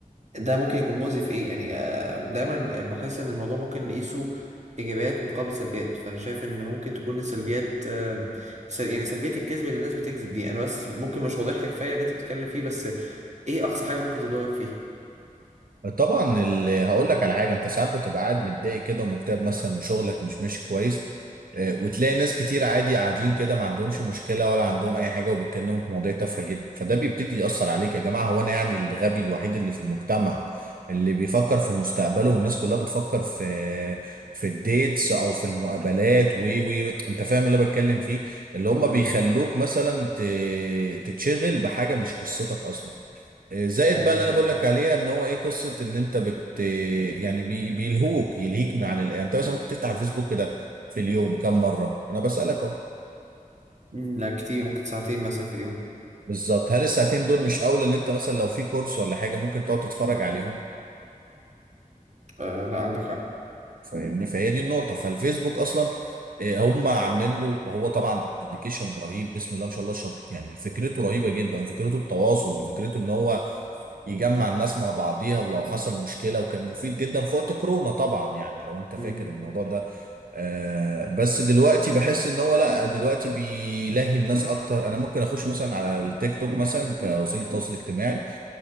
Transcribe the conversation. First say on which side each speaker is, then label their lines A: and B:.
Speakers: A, on the right; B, on the right.
A: ده ممكن يكون مؤذي في ايه يعني آه، دايما بحس ان الموضوع ممكن نقيسه ايجابيات مقابل سلبيات فانا شايف ان ممكن تكون السلبيات آم، سل... يعني سلبيه الكذب اللي الناس بتكذب دي انا بس ممكن مش واضح لك كفايه اللي انت بتتكلم فيه بس ايه اقصى حاجه ممكن تضرك فيها
B: طبعا ال- هقول لك على حاجه انت ساعات بتبقى قاعد متضايق كده ومكتئب مثلا وشغلك مش ماشي كويس آه، وتلاقي ناس كتير عادي قاعدين كده ما عندهمش مشكله ولا عندهم اي حاجه وبيتكلموا في مواضيع تافهه جدا فده بيبتدي ياثر عليك يا جماعه هو انا يعني الغبي الوحيد اللي في المجتمع اللي بيفكر في مستقبله والناس كلها بتفكر في في الديتس او في المقابلات و و و. انت فاهم اللي انا بتكلم فيه اللي هم
A: امم
B: بيخلوك مثلا ت- تتشغل بحاجه مش قصتك اصلا آه، زائد
A: آه
B: بقى اللي انا بقول لك عليها ان هو ايه قصه ان انت بت يعني بي... بيلهوك يلهيك من عن ال... يعني انت مثلا ممكن تفتح الفيسبوك كده في اليوم كم مره انا بسالك اهو
A: مم، لا كتير ممكن ساعتين مثلا في اليوم
B: بالظبط هل الساعتين دول مش اولى ان انت مثلا لو في كورس ولا حاجه ممكن تقعد تتفرج عليهم
A: آه لا عندك حق
B: فاهمني فهي دي النقطه فالفيسبوك اصلا آه، هم عاملين له هو طبعا ابلكيشن رهيب بسم الله ما شاء الله شاطر يعني فكرته رهيبه جدا فكرته التواصل فكرته ان هو يجمع الناس مع بعضيها ولو حصل مشكله وكان مفيد جدا في وقت كورونا طبعا يعني لو انت فاكر
A: مم.
B: الموضوع ده آه بس دلوقتي بحس ان هو لا دلوقتي بيلهي الناس اكتر انا ممكن اخش مثلا على التيك توك مثلا كوسيله تواصل اجتماعي